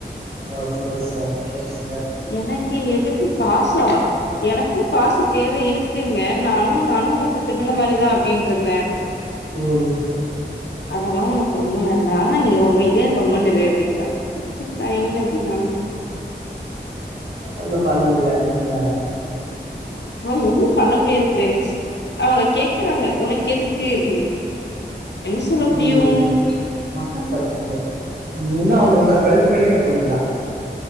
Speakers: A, on the right; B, on the left.
A: ஆ சோ ஸாரி சோ
B: எனக் கு எதுக்கு காசா எனக்கு காசு தேவை இருக்குங்க நானு நானு மத்த பெண்ணுங்க மாரி தா அப்படின்ருந்தே
A: உம்
B: அதெல்லா உனக்கு ஒண்ணு வேண்டாம் நீ அமைதியா கம்முனு இரு அப்படின்டாங்க நா இனிமே அப்டித்தா
A: ஒன்னோ பண்ண முடியாது அதுக்கு மேல
B: ஆ ஒன்னோ பண்ண முடியாது ஃப்ரெண்ட்ஸ் அவுங்க கேக்குறாங்க உனக்கு எதுக்கு அப்டின்னு என்ன சொல்ல முடியும்
A: ம் ஒன்னோ சொல்ல முடியாது நீ இன்னும் அவுங்களுக்கு டுவெல்த் படிக்கிற பொண்ணுதா